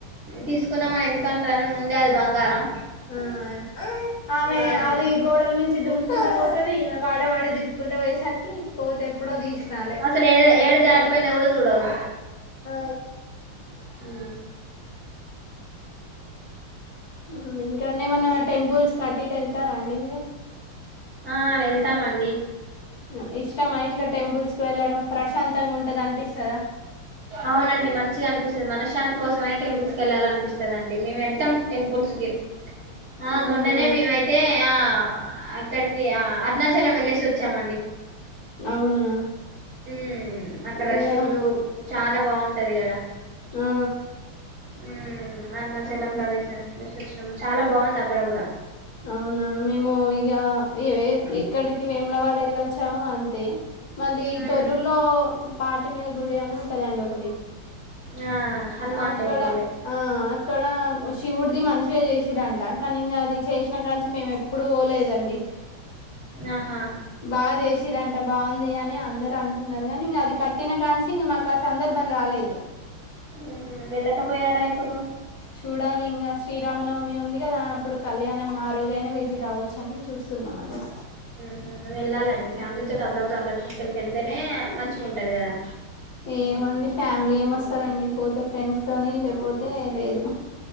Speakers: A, on the right (about 30°); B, on the left (about 55°).
A: తీసుకున్నామని ఎందుకంటారని ముందే అది బంగారం
B: ఆ ఆమె
A: మ్మ్
B: అది గోడల మించి దుకుకుంట పోతది ఊరువాడ తిరుకుంటా పోయేసరికి కోత ఎప్పుడో తీసినాలే
A: అసలు ఏ ఏడ జారిపోయినా కూడా చూడదు
B: ఆ
A: ఉ
B: మ్ ఇంకా అండి ఏమన్నా టెంపుల్స్ కి అటు ఇటు వెళ్తారా అండి మీరు
A: ఆ వెళ్తామండి
B: అ ఇష్టంమా ఇట్లా టెంపుల్స్ కి వెళ్ళడం ప్రశాంతంగా ఉంటది అనిపిస్తదా
A: అవునండి మంచిగా అనిపిస్తది మనశ్శాంతి కోసమైన టెంపుల్స్ కి వెళ్ళాలి అనిపిస్తదండి మేము వెళ్తాం టెంపుల్స్ కి ఆ
B: అవునా
A: మొన్ననే మేము అయితే ఆ అక్కడికి ఆ అరుణాచలం వెళ్లేసి వచ్చామండి
B: అవునా
A: ఉమ్ అక్కడ
B: ఇగ
A: శివుడు చాలా బాగుంటది కదా
B: ఆ
A: మ్మ్ అరుణాచలం
B: అవును
A: ప్రదేశానికి ఎల్లేసి వచ్చినం చాలా బాగుంది అక్కడ కూడా
B: అవునా మేము ఇగ ఇక్కడికి వేములవాడ వెళ్ళొచ్చాము అంతే మళ్లీ
A: మ్మ్
B: తొర్రూరు లో పాటి మీద గుడి అని ఉంటదండి ఒకటి
A: ఆ హనుమాన్
B: అక్కడ
A: టెంపుల్ లెక్క
B: ఆ అక్కడ ఓ శివుడిది మంచిగా చేసిరం ట కాని ఇంగ అది చేసిన కాంచి మేము ఎప్పుడు పోలేదండి
A: ఆహా
B: బాగా చేసిరంట బావుంది అని అందరు అంటున్నారు కానీ ఇంక అది క ట్టిన కాంచి ఇంగ మాకు ఆ సందర్భం రాలేదు
A: ఉహు వెళ్ళకపోయారా ఇప్పుడు
B: చూడాలి ఇంగా శ్రీరామనవమి ఉందిగదా అప్పుడు కళ్యాణం ఆ రోజయినా వెళ్లి రావ చ్చుని చూస్తున్నామండి
A: ఉహు వెళ్ళాలండి ఫ్యామిలీ తోటి అప్పుడప్పుడు అక్కడికి ఇక్కడికి వెళ్తేనే మంచిగా ఉంటది కదా
B: ఏమోండి ఫ్యామిలీ ఏమొస్తారండి పోతే ఫ్రెండ్స్ తోని లేకపోతే లేదు